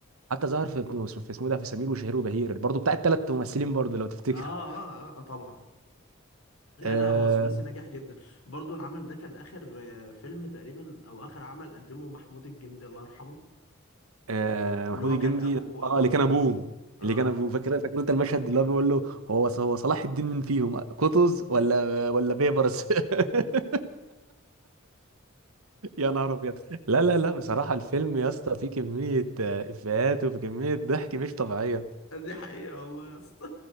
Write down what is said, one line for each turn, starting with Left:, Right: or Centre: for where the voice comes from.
Right: حتى ظهر في في اسمه ده في سمير وشهير وبهير برضه بتاع الثلاث ممثلين برضه لو تفتكر
Left: اه اه, آه آه، طبعا لا
Right: آه
Left: لا هو ثلاثي ناجح جدا برضو العمل ده كان اخر آه، فيلم تقريبا او اخر عمل قدمه محمود الجندي الله يرحمه
Right: آه محمود
Left: اللي هو
Right: الجندي
Left: كان ابو
Right: اه
Left: ابو
Right: اللي
Left: خميس
Right: كان ابوه
Left: اه
Right: اللي كان
Left: آه.
Right: ابوه فاكر فاكر انت المشهد اللي هو بيقول له هو هو صلاح الدين من فيهم قطز ولا ولا بيبرس <laughs> يا نهار ابيض لا لا لا بصراحه الفيلم يا اسطى فيه كميه آه، افيهات وفي كميه ضحك مش طبيعيه
Left: <laughs> دي حقيقة والله يا اسطى